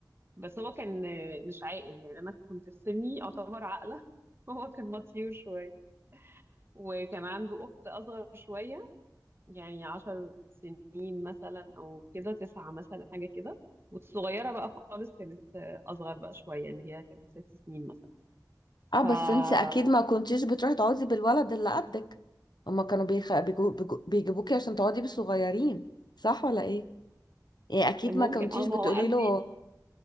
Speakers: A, on the right; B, on the left.
A: بس هو كان آه، مش عاقل يعني انا كنت في سني اعتبر عاقله <laughs> هو كان مطيور شويه وكان عنده اخت اصغر شويه يعني عشر سنين مثلا او كده تسعة مثلا حاجه كده والصغيره بقى خالص كانت آه، اصغر بقى شويه اللي هي كانت ست سنين مثلا
B: اه
A: فممكن
B: بس انتي أكيد ما كنتيش بتروحي تقعدي بالولد اللي قدك هما كانوا بيخ... بيجو... بيجو... بيجيبوكي عشان تقعدي بالصغيرين صح ولا ايه؟ يعني أكيد
A: اه ما
B: ما كنتيش بتقولي
A: هو قصدي
B: له